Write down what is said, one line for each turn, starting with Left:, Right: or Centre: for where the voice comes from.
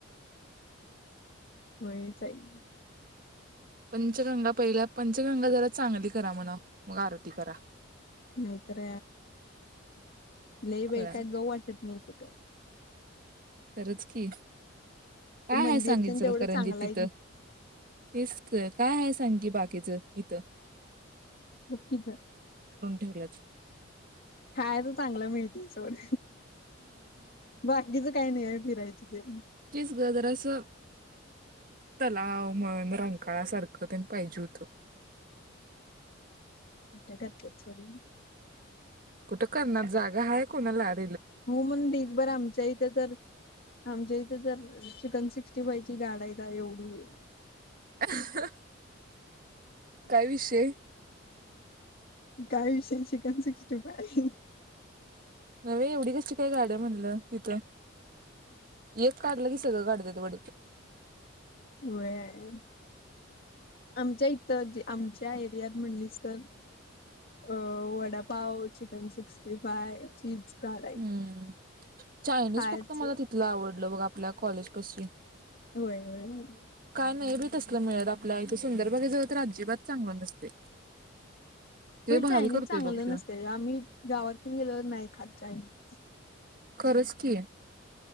Left: खुळीच आहेत
Right: पंचगंगा पहिल्या पंचगंगा जरा चांगली करा म्हणा मग आरती करा
Left: नाहीतर लई
Right: खुळ्या
Left: बा आहे काय गऊ वाटत नाही कुठ
Right: खरंच की काय
Left: ते मंदिर
Right: ह सांगितल
Left: तेन तेवढं
Right: इचकरंजीत
Left: चांगलं
Right: तिथं
Left: आहे
Right: तेच काय आहे सांग की बाकीचं यथ
Left: नक्कीच
Right: ठेवल्यात
Left: खाय तर चांगलं मिळतील सवढ बाकीच काही नाही आहे फिरायच ते
Right: तेच ग जरास तलाव म्हण रांकाळ सारखं तेन पाहिजे होत.
Left: <inaudible>
Right: कुठं करणार जागा आहेय कोणालाच
Left: हु म्हणूनढीग भर आमच्या इथे तर आमच्या इथे तर चिकन सिक्स्टी फाई गाडायता एवढी?
Right: आह् हा काय विषय
Left: काय विषय चिकन सिक्स्टी फाय
Right: नवे एवढी कशी काय गाड्या म्हणलं? तिथं एक काढलं की सगळं गाडी <inaudible>
Left: व्हय आमच्या इथ आमच्या एरियात म्हणलीस तर अ vada pav chicken sixty five cheese गाड आहेत
Right: हम्म चायनीज
Left: खायचं
Right: फक्त मला तिथलं आवडलं बघा आपल्या कॉलेज पशी
Left: व्हय, व्हय
Right: नाही बी तसलं मिळत आपल्या इथे सुंदरबाग जवळ तर अजिबात चांगलं नसते ते भारी
Left: चायनीज
Right: करतोय
Left: चांगलं
Right: बघ त्यो
Left: नसते आम्ही गावातून गेलोवर नाही खात चायनिज
Right: खरंच की